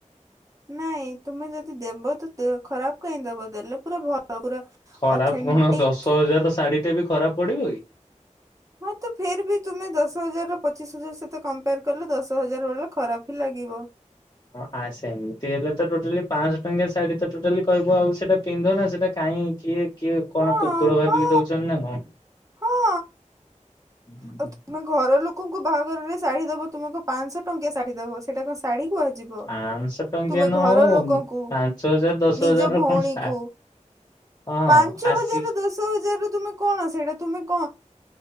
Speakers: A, on the right; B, on the left.
A: ନାଇଁ ତୁମେ ଯଦି ଦେବ ତ ଖରାପ କାଇ ଦବ ଦେଲେ ପୁରା ଭଲ ପୁରା <inaudible>
B: ଖରାପ
A: ଅଥେଣ୍ଟିକ
B: କଣ ଦଶ ହଜାର ଶାଢ଼ୀ ଟା ବି ଖରାପ ପଡିବ କି।
A: ହଁତ ଫେର୍ ବି ତୁମେ ଦଶ ହଜାର ର ପଚିଶ ହଜାର ସହିତ କମ୍ପେୟାର କଲେ ଦଶ ହଜାର ବଲା ଖରାପ ହଁ ଲାଗିବ।
B: ହଁଆ ସେମିତି ହେଲେ ତ ଟୋଟାଲି ପାଞ୍ଚଶହ ଟଙ୍କଆ ଶାଢୀ ତ ଟୋଟାଲି କହିବ ଆଉ ସେଟା ପିନ୍ଧ ନା ସେଇଟା କାହିଁ କିଏ କିଏ କଣ
A: ହଁ
B: କୁକୁର ଭାବିକି
A: ହଁ
B: ଦଉଛନ୍ତି ନା କଣ।
A: ହଁ
B: ହୁଁ
A: ଆଉ
B: ହୁଁୁଁ। <inaudible>
A: ତୁମେ ଘର ଲୋକଙ୍କୁ ବାହାଘରରେ ଶାଢୀ ଦବ ତୁମେକୁ ପାଞ୍ଚଶହ ଟଙ୍କଆ ଶାଢୀି ଦବ ସେଇଟା କଣ ଶାଢୀ କୁହାଯିବ
B: ପାଞ୍ଚଶହ ଟଙ୍କିଆ
A: ତୁମେ
B: ନ
A: ଘର
B: ହଉ
A: ଲୋକଙ୍କୁ
B: ପାଞ୍ଚ ହଜାର ଦଶ
A: ନିଜ
B: ହଜାର
A: ଭଉଣୀକୁ
B: ର କଣ <inaudible> ହଁ
A: ପାଞ୍ଚ
B: ଆସି
A: ହଜାର ଦଶ ହଜାର ତୁମେ କଣ ସେଇଟା ତୁମେ କ